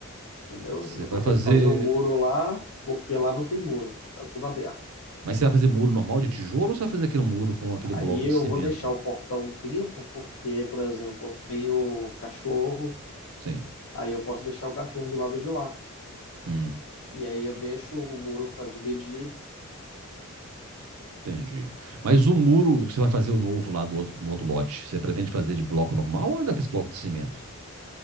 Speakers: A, on the left (about 70°); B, on the right (about 75°).
A: entendeu?
B: Você
A: Eu vou
B: vai
A: ter
B: fazer.
A: que fazer o muro lá, porque lá não tem muro, tá tudo aberto.
B: Mas você vai fazer muro normal de tijolo ou você vai fazer aquele muro com aquele
A: Aí
B: bloco
A: eu
B: de cimento?
A: vou deixar o portão um tempo, porque, por exemplo, eu tenho cachorro,
B: Sim.
A: aí eu posso deixar o cachorro do lado de lá.
B: Hum.
A: E aí eu deixo o muro para dividir
B: Entendi. Mas o muro, você vai fazer o novo lá do outro, no outro lote, você pretende fazer de bloco normal ou é daqueles blocos de cimento?